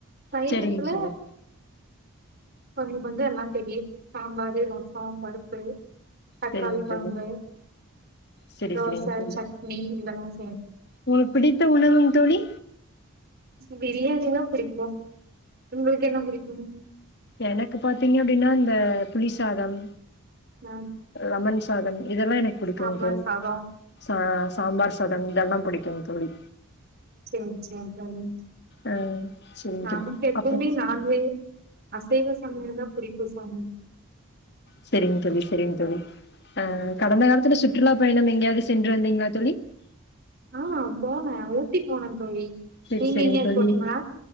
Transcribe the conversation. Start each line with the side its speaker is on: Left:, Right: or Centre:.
Right: சைவத்துல
Left: சரிங் தோழி
Right: கொஞ்சோ கொஞ்சோ எல்லா தெரியு சாம்பாரு ரசோ பருப்பு தக்காளி
Left: சரிங்
Right: கொழம்பு
Left: தோழி சரி
Right: தோச
Left: சரிங் தோழி
Right: சட்னி இதெல்லாஸ்
Left: உங்களுக்கு பிடித்த உணவுங் தோழி
Right: பிரியாணினா புடிக்கு உங்களுக்கு என்ன புடிக்கு
Left: எனக்கு பாத்தீங்க அப்டின்னா இந்த புலிசாதம்
Right: நா
Left: லெமன் சாதம் இதெல்லா எனக்கு புடிக்கு
Right: சாம்பார்
Left: தோழி
Right: சாதோ
Left: சா சாம்பார் சாதம் இதெல்லாம் புடிக் தோ தோழி
Right: சேரி சேரிங் தோழி
Left: ஆ செரிங்
Right: நமக்கு
Left: தோழி
Right: எப்பவுமே
Left: அப்றோ
Right: நான்வெ அசைவ சமயல்தா புடிக் இப்போ சமையல்
Left: சேரிங் தோழி சேரிங் தோழி அ
Right: ம்.
Left: கடந்த காலத்துல சுத் சுற்றுலா பயணம் எங்கயாவது சென்று வந்தீங்களா தோழி
Right: ஆ போன ஊட்டி போன தோழி
Left: செரி
Right: நீங்க
Left: செரிங்
Right: எங்கயாவது
Left: தோழி
Right: போனீங்களா